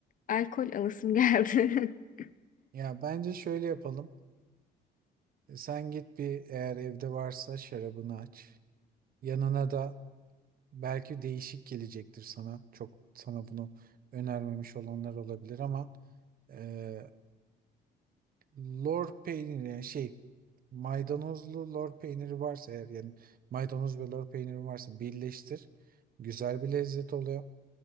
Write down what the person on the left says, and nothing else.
alkol alasım geldi. <laughs>